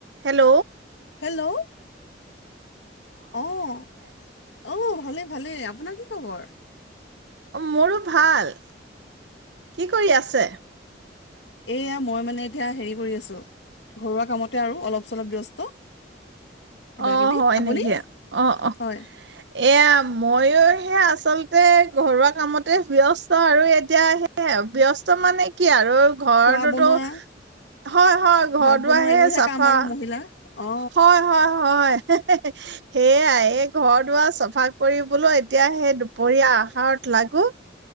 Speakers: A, on the right; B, on the left.
A: Hello
B: hello? অ, ভালে আছে? অ ভালে ভালে আপোনাৰ কি খবৰ? খবৰ?
A: মোৰো ভাল! কি কৰি আছে?
B: এইয়া মই মানে এতিয়া হেৰী কৰী আছোঁ, ঘৰুৱা কামতে আৰু অলপ-চলপ ব্যস্ত। কিবা
A: অ
B: কিবি
A: হয়
B: আপুনি
A: নেকি! অ-অ,
B: হয়
A: এইয়া মইও হেই আচল তেই ঘৰুৱা কামতে ব্যস্ত আৰু এতিয়া হেইয়া আৰু ব্যস্ত মানে কি আৰু? ঘৰটোতো,
B: খোৱা বনোৱা
A: হয় হয় ঘৰ
B: ভাত
A: দুৱাৰ
B: বনোৱা
A: হেই
B: এইবোৰহে
A: চাফা।
B: কাম আৰু মহিলাৰ অ
A: হয় হয় হয়, সেয়াই এই ঘ ঘৰ দুৱাৰ চাফা কৰি বোলো এতিয়া হেই দুপৰীয়া আ <unintelligible> লাগো,